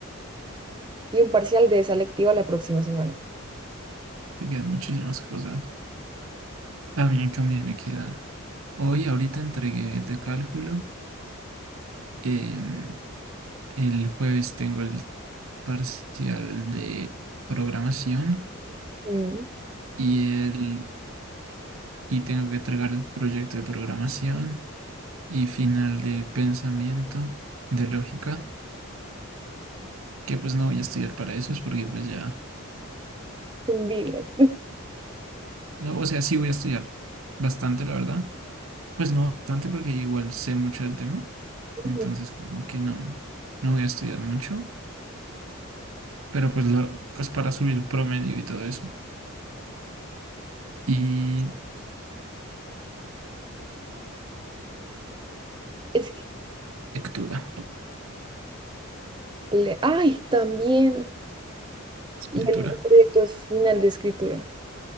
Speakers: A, on the right (about 20°); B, on the right (about 75°).
A: y un parcial de esa electiva la próxima semana.
B: te quedan muchísimas cosas. A mí, en cambio, me queda. Hoy, ahorita entregué el de cálculo. em, el jueves tengo el parcial de programación
A: Mm,
B: y el y tengo que entregar el proyecto de programación y final de pensamiento de lógica, que pues no voy a estudiar para esos porque pues ya,
A: qué envidia.
B: no, o sea, sí voy a estudiar bastante, la verdad, Pues no bastante porque igual sé mucho del tema,
A: <laughs>
B: entonces como que no, no voy a estudiar mucho, pero pues, lo, pues para subir promedio y todo eso. Y
A: Es
B: lectura,
A: Le- Ay, también.
B: escritura.
A: Y el proyecto final de escritura,